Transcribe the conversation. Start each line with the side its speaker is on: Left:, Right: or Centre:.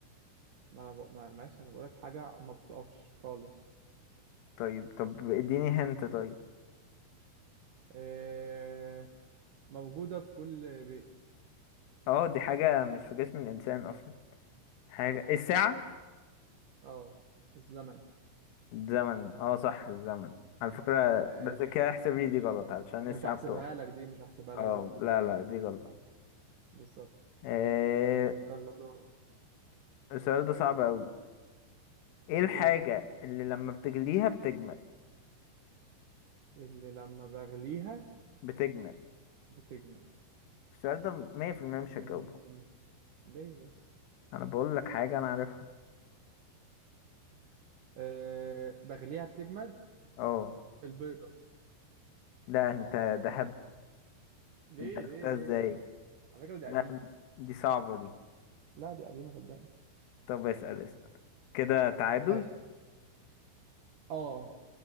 Right: ما انا ب... ما ماشي انا بقولك حاجة ما بتقفش خالص
Left: طيب طب اديني هنت طيب
Right: إيه... موجودة في كل بيت
Left: اه دي حاجة مش في جسم الإنسان أصلا حاجة
Right: لا
Left: الساعة
Right: اه الزمن
Left: الزمن اه صح الزمن على فكرة
Right: ماشي
Left: بس كده احسب
Right: ماشي
Left: لي دي غلط علشان
Right: مش
Left: الساعة
Right: هحسبها
Left: بتقف
Right: لك دي مش هحسبها لك
Left: اه
Right: دي غلط
Left: لا لا دي غلط
Right: اه بالظبط
Left: آه
Right: يلا دور
Left: السؤال ده صعب أوي ايه
Right: طب
Left: الحاجة
Right: قول
Left: اللي لما بتجليها بتجمد
Right: اللي لما بغليها
Left: بتجمد
Right: بتجمد
Left: السؤال ده مية في المية مش
Right: مم.
Left: هجاوبه
Right: ليه بس
Left: انا بقول لك حاجة انا عارفها
Right: إيه... بغليها بتجمد
Left: اه
Right: البيضة
Left: لا انت ده هب
Right: ليه
Left: انت عرفتها
Right: ليه ليه
Left: ازاي
Right: ليه على فكرة دي
Left: لا
Right: قديمة
Left: دي صعبة دي
Right: لا دي قديمة صدقني
Left: طب اسأل اسأل كده تعادل
Right: ماشي اه